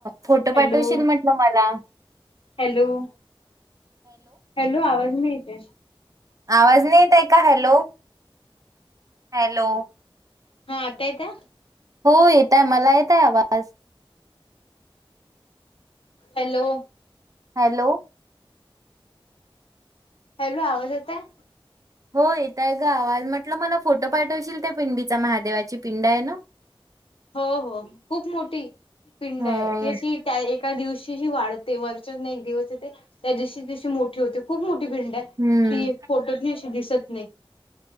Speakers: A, on the right; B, on the left.
A: फोटो
B: हॅलो
A: पाठवशील म्हटलं मला.
B: हॅलो हॅलो आवाज नई येत हे.
A: आवाज नाही येत आहे का हॅलो हॅलो.
B: हा आता येतोय?
A: हो येतय मला येतय आवाज.
B: हॅलो....
A: हॅलो....
B: हॅलो आवाज येतोय....
A: हो येतय गावाल म्हटलं मला फोटो पाठवशील त्या पिंडीचा महादेवाची पिंड आहे ना....
B: हो हो खूप मोठी पिंड
A: हो
B: आहे ती अशी त्या.... ए दिवशीशी वाढते वरच्या ना एक दिवस येते त्या दिवशी तशी मोठी होते खूप मोठी..... पिंड
A: हम्म
B: ती फोटो अशी दिसत नाही.....